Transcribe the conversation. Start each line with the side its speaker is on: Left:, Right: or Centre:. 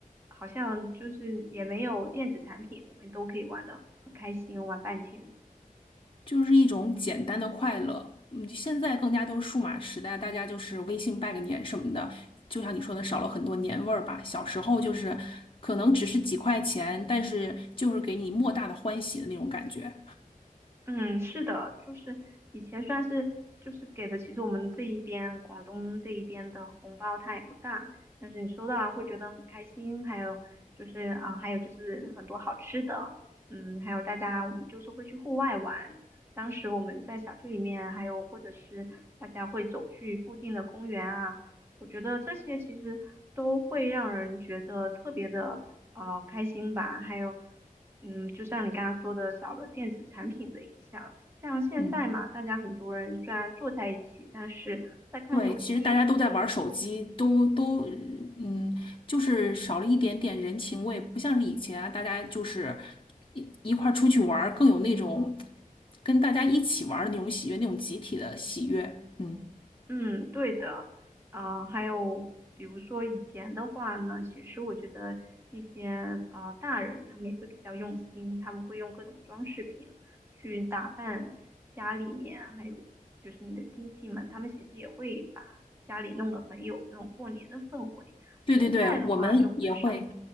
Right: 好像就是也没有电子产品，我们都可以玩的很开心，玩半天。
Left: 就是一种简单的快乐。嗯，现在更加都是数码时代，大家就是微信拜个年什么的，就像你说的，少了很多年味儿吧。小时候就是可能只是几块钱，但是就是给你莫大的欢喜的那种感觉。
Right: 嗯，是的，就是以前算是就是给的，其实我们这一边广东这一边的红包它也不大，但是你收到啊会觉得很开心，还有就是啊，还有就是很多好吃的，嗯，还有大家我们就是会去户外玩，当时我们在小区里面，还有或者是大家会走去附近的公园啊。我觉得这些其实都会让人觉得特别的呃开心吧。还有，嗯，就像你刚刚说的，少了电子产品的影响。像现在嘛，
Left: 嗯，
Right: 大家很多人虽然坐在一起，但是在看手机，
Left: 对，其实大家都在玩手机，都都嗯，就是少了一点点人情味，不像是以前啊，大家就是一一块儿出去玩儿，更有那种跟大家一起玩儿的那种喜悦，那种集体的喜悦。嗯。
Right: 嗯，对的，啊、还有比如说以前的话呢，其实我觉得一些啊、呃大人他们也会比较用心，他们会用各种装饰品去打扮家里面，还有就是你的亲戚们，他们其实也会把家里弄得很有那种过年的氛围。
Left: 对对对，
Right: 现在的话就很少，
Left: 我们也会，